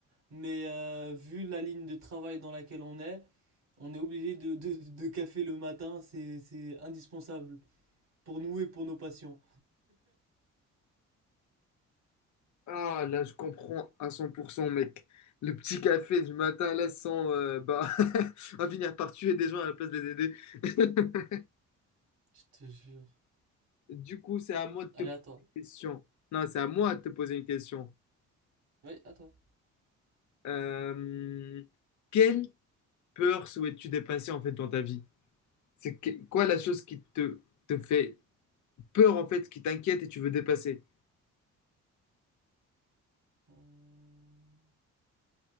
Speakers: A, on the right; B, on the left.
A: Mais euh, vu la ligne de travail dans laquelle on est. On est obligé de, de, de café le matin, c'est, c'est indispensable pour nous et pour nos patients.
B: Ah, là, je comprends à 100% mec. Le petit café du matin, là, sans, euh, bah, <laughs> on va finir par tuer des gens à la place de les aider. <laughs>
A: Je te jure.
B: Du coup, c'est à moi de te
A: Allez,
B: poser
A: à toi.
B: une question. Non, c'est à moi de te poser une question.
A: Oui, à toi.
B: Euh, quelle peur souhaites-tu dépasser, en fait, dans ta vie? C'est que- quoi la chose qui te, te fait peur, en fait, qui t'inquiète et tu veux dépasser?
A: Hum,